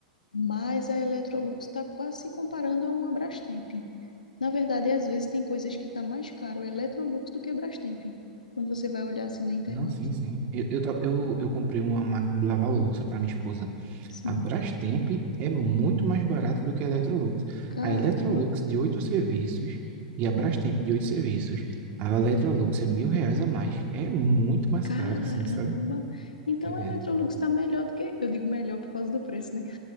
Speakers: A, on the left; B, on the right.
A: mas a Electrolux está quase se comparando a uma Brastemp. Na verdade, às vezes tem coisas que tá mais caro a Electrolux do que a Brastemp, quando você vai olhar assim na internet.
B: Não, sim, sim. Eu, eu, ta- eu, eu comprei uma máquina de lavar louça para minha esposa.
A: Sim,
B: A Brastemp é muito mais barata do que a Electrolux.
A: caramba,
B: A Electrolux de oito serviços e a Brastemp de oito serviços. A Electrolux é mil reais a mais. É muito mais
A: caramba.
B: cara, assim, sabe?
A: Então
B: É.
A: a Electrolux está melhor do que, eu digo melhor por causa do preço, né?